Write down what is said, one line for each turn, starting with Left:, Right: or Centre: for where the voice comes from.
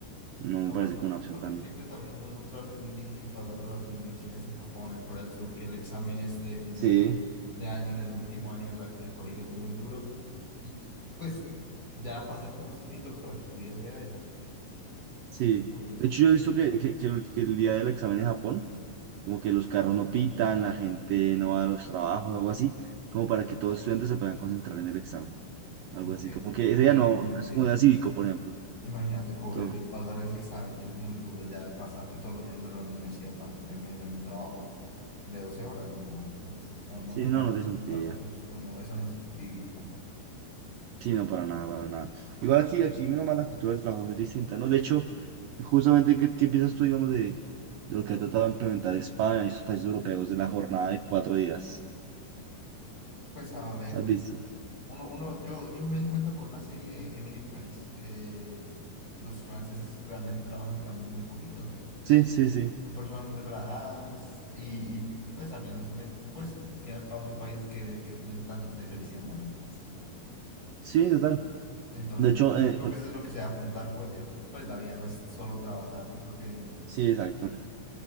Right: no me
Left: Aparte,
Right: parece como una
Left: aparte
Right: opción tan...
Left: que siempre también nos han mostrado que es muy difícil pasar a las universidades en Japón, en Corea del Sur, que el examen este de fin
Right: Sí.
Left: de, de año, en el último año de la- del colegio es muy duro. Y pues ya pasar tantos filtros para que tu vida sea esa,
Right: Sí,
Left: muy difícil.
Right: de hecho yo he visto que, que, que el, que el día del examen en Japón, como que los carros no pitan, la gente no va a los trabajos, algo así, como para que todos los estudiantes se puedan concentrar en el examen, algo
Left: Ok,
Right: así, como que
Left: no,
Right: ese día
Left: imagínate,
Right: no, es como día cívico, por ejemplo,
Left: imagínate cobrar
Right: todo.
Left: y pasar ese examen que es muy duro, ya pasarte todos los años de la universidad para que termines en un trabajo de 12 horas, no, pues, no, no
Right: Sí,
Left: me parece
Right: no, no tiene
Left: un contrato
Right: sentido.
Left: justo, no, eso no es vivir tampoco.
Right: Sí, no, para nada, para nada. Igual aquí, aquí, menos mal, la cultura del trabajo es muy distinta, ¿no? De hecho, justamente, ¿qué, qué piensas tú, digamos, de, de lo que ha tratado de implementar España y sus países europeos de la jornada de cuatro días?
Left: Pues a ver,
Right: ¿Has visto?
Left: uno, uno, yo, yo me di cuenta por una serie de Emily en París que los franceses realmente trabajan también muy poquito,
Right: Sí, sí, sí.
Left: son personas muy relajadas y, y, pues al final, pues al fin y al cabo son países que, que tienen tasas de felicidad más altas.
Right: Sí, total.
Left: Entonces
Right: De hecho,
Left: yo, yo
Right: eh,
Left: creo
Right: con-
Left: que eso es lo que se debe apuntar, porque pues la vida no es solo trabajar, yo creo que,
Right: sí, exacto.